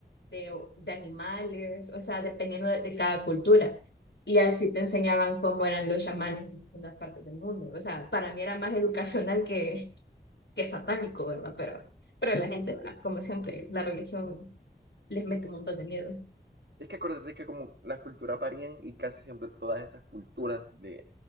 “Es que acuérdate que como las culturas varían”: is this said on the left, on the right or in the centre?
Right